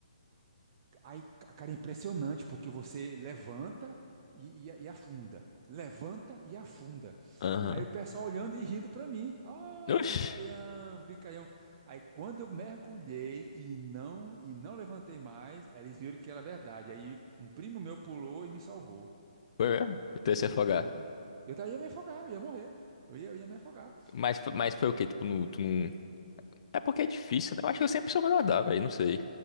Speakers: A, on the right; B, on the left.
A: aí, cara, é impressionante, porque você levanta e, e- e afunda. Levanta e afunda.
B: Aham.
A: Aí o pessoal olhando e rindo para mim. Ah,
B: Oxi.
A: brincalhão, brincalhão. Aí quando eu mergulhei e não e não levantei mais, aí eles viram que era verdade. Aí um primo meu pulou e me salvou.
B: Foi
A: Rapaz,
B: mesmo? Então ia se afogar.
A: foi. Eu tava- ia me afogar, eu ia morrer. Eu ia, eu ia me afogar.
B: Mas, fo- mas foi o quê? Tipo, no, tu não. É porque é difícil, né? Eu acho que eu sempre soube nadar, velho. Não sei.